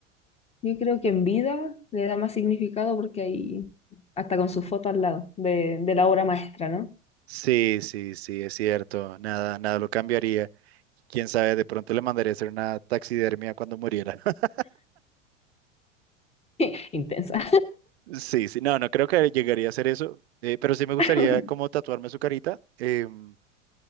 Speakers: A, on the left (about 15°); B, on the right (about 55°).
A: Yo creo que en vida le da más significado porque ahí, hasta con su foto al lado de, de la obra maestra, ¿no?
B: Sí, sí, sí, es cierto. Nada, nada lo cambiaría. Quién sabe, de pronto le mandaría a hacer una taxidermia cuando muriera. <laughs>
A: <laughs> Intensa.
B: Sí, sí, no, no creo que llegaría a hacer eso, eh, pero sí me gustaría
A: <laughs>
B: como tatuarme su carita. em,